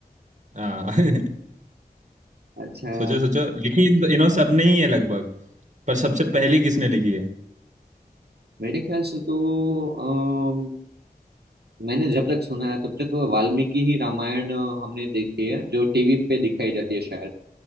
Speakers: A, on the right; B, on the right.
A: हाँ <laughs>
B: अच्छा
A: सोचो सोचो लिखी इन इन सब ने ही है लगभग पर सबसे पहले किसने लिखी है
B: मेरे ख्याल से तो अम, मैंने जब तक सुना है तब तक वाल्मीकि ही रामायण अ, हमने देखी है जो टीवी पे दिखाई जाती है शायद